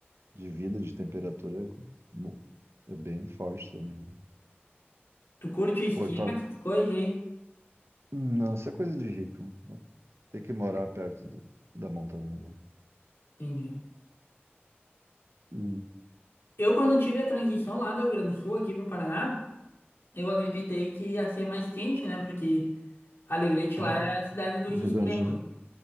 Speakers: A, on the right; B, on the left.
A: de vida, de temperatura é, mu- é bem forte também.
B: Tu curte esqui,
A: Porto Alegre.
B: essas coisas aí?
A: Não, isso é coisa de rico. Tem que morar perto do, da montanha, né?
B: Entendi.
A: E
B: Eu, quando tive a transição lá do Rio Grande do Sul aqui pro Paraná, Eu acreditei que ia ser mais quente, né? Porque Alegrete
A: pá,
B: lá é a cidade dos
A: Rio
B: extremos.
A: Grande, do-